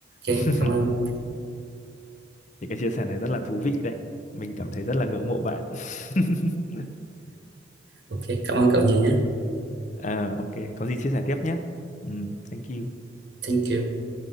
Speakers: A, on the right; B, on the left.
A: ok
B: <laughs>
A: cảm ơn
B: những cái chia sẻ này rất là thú vị đấy mình cảm thấy rất là ngưỡng mộ bạn <laughs>
A: ok cảm ơn cậu nhiều nhé
B: Ờ, ok, có gì chia sẻ tiếp nhé. Ừ, thank you.
A: thank you